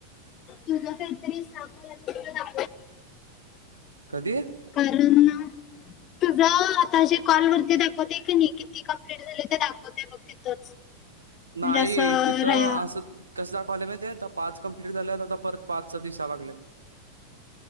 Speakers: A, on the left; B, on the right.
A: तुझं काहीतरी सा <unintelligible>
B: कधी?
A: कारण तुझा आता जे कॉलवरती दाखवते की नाही, किती कंप्लीट झाली ते दाखवतय बघ तिथंच. म्हणजे
B: नाही,
A: असं
B: तिथं
A: र-
B: असं कसं दाखवाले माहितय, आता पाच कंप्लीट झालय, आता परत पाचच दिसा लागलय.